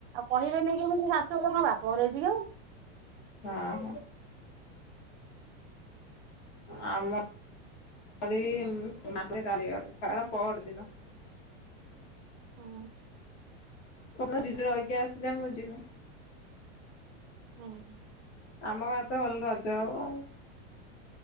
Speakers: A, on the right; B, on the left.
A: କହିବେନି କେମିତି ଶାଶୁଘର ପରା? କଣ ବାପଘର ହେଇଛିି ନା।
B: ହଁ। ଆମ ଗାଡି ମାନେ <unintelligible> ପଅରି ଦିନ।
A: ଉଁ।
B: କହିବେ ଦିନ ରହିକି ଆସିଲେ ମୁଁ ଯିବି।
A: ହଁ।
B: ଆମ ଗାଁରେ ତ ଭଲ ରଜ ହବ ଆଉ।